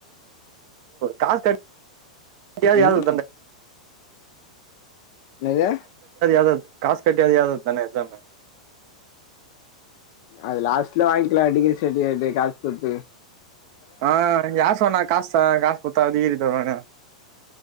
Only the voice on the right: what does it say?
கால் கட் <inaudible> காசு கட்டியாது
யாது
ஏதாது காசு கட்டியாது ஏதாது தான எக்ஸாமு
ஆஹ் யார் சொன்னா காஸ்த காசு குத்தா டிகிரி தருவானு